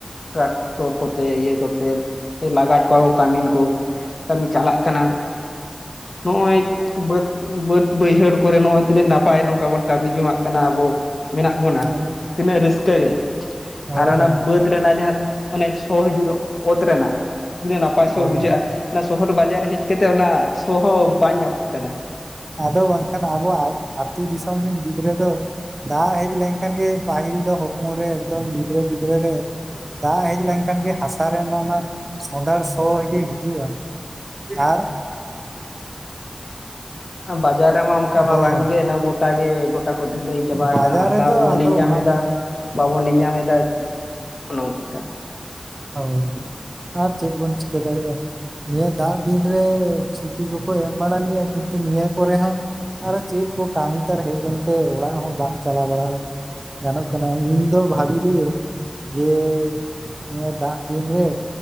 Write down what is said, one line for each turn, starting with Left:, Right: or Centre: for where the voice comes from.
Left: ᱴᱨᱟᱠᱴᱚᱨ ᱠᱚᱛᱮ ᱤᱭᱟᱹ ᱠᱚᱛᱮ ᱞᱟᱜᱟᱭᱮᱫ ᱠᱚᱣᱟ ᱠᱚ ᱠᱟᱹᱢᱤᱱ ᱠᱚ᱾ ᱠᱟᱹᱢᱤ ᱪᱟᱞᱟᱜ ᱠᱟᱱᱟ ᱱᱚᱜᱼᱚᱭ ᱵᱟᱹᱫᱽ ᱵᱟᱹᱫᱽ ᱵᱟᱹᱭᱦᱟᱹᱲ ᱠᱚᱨᱮ ᱱᱚᱜᱼᱚᱭ ᱛᱤᱱᱟᱹᱜ ᱱᱟᱯᱟᱭ ᱱᱚᱝᱠᱟ ᱵᱚᱱ ᱠᱟᱹᱢᱤ ᱡᱚᱝᱟᱜ ᱠᱟᱱᱟ ᱟᱵᱚᱼᱼ ᱢᱮᱱᱟᱜ ᱵᱚᱱᱟ
Right: ᱟᱫᱚ
Left: ᱛᱤᱱᱟᱹᱜ ᱨᱟᱹᱥᱠᱟᱹ ᱜᱮ
Right: ᱦᱳᱭ
Left: ᱟᱨ ᱚᱱᱟ ᱵᱟᱹᱫᱽᱼᱼ ᱨᱮᱱᱟᱜ ᱡᱟᱦᱟᱸ ᱚᱱᱮ ᱥᱚ ᱦᱤᱡᱩᱫᱚᱜ ᱚᱛ ᱨᱮᱱᱟᱜ ᱛᱤᱱᱟᱹᱜ ᱱᱟᱯᱟᱭ ᱥᱚ
Right: ᱦᱳᱭ
Left: ᱵᱩᱡᱷᱟᱹᱜᱼᱟ᱾ ᱚᱱᱟ ᱥᱚᱦᱚᱨ ᱵᱟᱡᱟᱨ ᱦᱮᱡ ᱠᱟᱛᱮ ᱚᱱᱟ ᱥᱚ ᱦᱚᱸ ᱵᱟᱝ ᱧᱟᱢᱚᱜ ᱠᱟᱱᱟ᱾
Right: ᱟᱫᱚ ᱵᱟᱝᱠᱷᱟᱱ ᱟᱵᱚᱣᱟᱜ ᱟᱹᱛᱩ ᱫᱤᱥᱚᱢ ᱨᱤᱱ ᱜᱤᱫᱽᱨᱟᱹ ᱫᱚᱼᱼ ᱫᱟᱜ ᱦᱮᱡ ᱞᱮᱱᱠᱷᱟᱱ ᱜᱮ ᱯᱟᱹᱦᱤᱞ ᱫᱚ ᱦᱚᱯᱚᱱ ᱨᱮ ᱮᱠᱫᱚᱢ ᱜᱤᱫᱽᱨᱟᱹ ᱜᱤᱫᱽᱨᱟᱹ ᱨᱮᱼᱼ ᱫᱟᱜ ᱦᱮᱡ ᱞᱮᱱᱠᱷᱟᱱ ᱜᱮ ᱦᱟᱥᱟ ᱨᱮᱱ ᱦᱚᱸ ᱚᱱᱟ ᱥᱚᱸᱫᱷᱟᱲ ᱥᱚ ᱜᱮ ᱦᱤᱡᱩᱜᱼᱟ᱾ ᱟᱨ
Left: ᱵᱟᱡᱟᱨ ᱨᱮᱢᱟ ᱚᱱᱠᱟ
Right: ᱦᱳᱭ
Left: ᱢᱟ ᱵᱟᱝᱜᱮ ᱱᱟ. ᱣ ᱜᱚᱴᱟ ᱜᱮ ᱜᱚᱴᱟ ᱠᱚ ᱰᱷᱟ. ᱞᱟᱹᱭ ᱪᱟᱵᱟ ᱟᱠᱟᱫᱟ
Right: ᱵᱟᱡᱟᱨ
Left: ᱦᱟᱸᱜ ᱦᱟᱥᱟ
Right: ᱨᱮᱫᱚ
Left: ᱚᱸᱰᱮᱧ ᱧᱟᱢᱮᱫᱼᱼ
Right: <unintelligible>
Left: ᱵᱟᱵᱚᱱ ᱧᱟᱢᱮᱫᱟ ᱚᱱᱮ ᱚᱱᱠᱟᱼᱼ
Right: ᱚ ᱟᱨ ᱪᱮᱫ ᱵᱚᱱ ᱪᱤᱠᱟᱹ ᱫᱟᱲᱮᱭᱟᱜ? ᱱᱤᱭᱟᱹ ᱫᱟᱜ ᱫᱤᱱ ᱨᱮ ᱪᱷᱩᱴᱤ ᱠᱚᱠᱚ ᱮᱢ ᱵᱟᱲᱟ ᱞᱮᱭᱟ ᱠᱤᱱᱛᱩ ᱱᱤᱭᱟᱹ ᱠᱚᱨᱮ ᱦᱚᱸᱼᱼ ᱟᱨ ᱪᱮᱫ ᱠᱚ ᱠᱟᱹᱢᱤ ᱛᱟᱨ ᱦᱮᱡ ᱮᱱ? ᱛᱮ ᱚᱲᱟᱜ ᱦᱚᱸ ᱵᱟᱝ ᱪᱟᱞᱟᱣ ᱵᱟᱲᱟ ᱜᱟᱱᱚᱜ ᱠᱟᱱᱟ ᱤᱧ ᱫᱚ ᱵᱷᱟᱵᱤ ᱞᱤᱭᱟᱹᱧᱼᱼ ᱡᱮ ᱱᱤᱭᱟᱹ ᱫᱟᱜ ᱫᱤᱱ ᱨᱮ